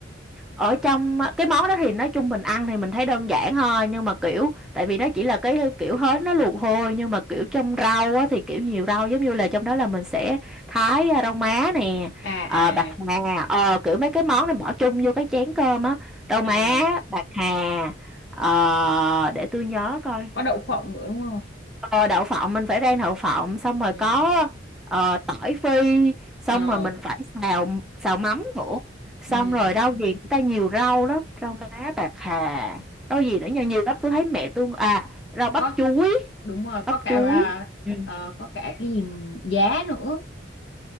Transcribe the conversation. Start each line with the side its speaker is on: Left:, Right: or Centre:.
Centre: ở trong cái món đó thì nói chung mình ăn thì mình thấy đơn giản thôi nhưng mà kiểu tại vì nó chỉ là cái kiểu hến nó luộc thôi nhưng mà kiểu trong rau á, thì kiểu nhiều rau giống như là trong đó là mình sẽ thái à, rau má nè
Left: à
Centre: ờ,
Left: à
Centre: bạc hà ờ, kiểu mấy cái món này bỏ chung vô cái chén cơm á rau má
Left: à
Centre: bạc hà ờ, để tôi nhớ coi
Left: có đậu phộng nữa đúng không
Centre: Ờ, đậu phộng mình phải rang đậu phộng xong rồi
Left: ừ
Centre: có ờ, tỏi phi xong
Left: ờ
Centre: rồi mình phải xào xào mắm nữa xong
Left: ừ
Centre: rồi rau gì người ta nhiều rau lắm rau má bạc hà rau gì nữa nhiều nhiều lắm tôi thấy mẹ tôi à rau bắp
Left: có
Centre: chuối
Left: đúng rồi
Centre: bắp
Left: có cả
Centre: chuối
Left: à,
Centre: Ừ.
Left: ờ, có cả cái gì giá nữa